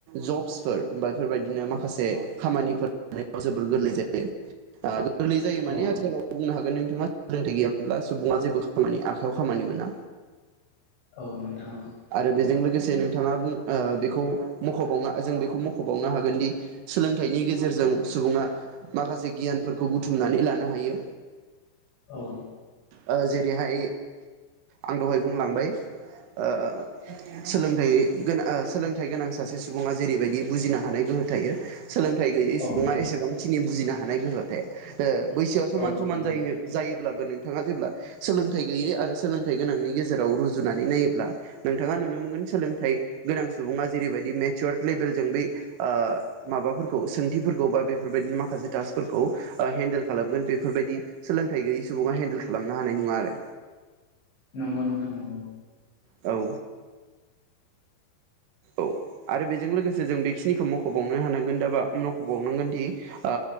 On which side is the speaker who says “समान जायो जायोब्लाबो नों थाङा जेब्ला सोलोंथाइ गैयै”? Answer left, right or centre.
Right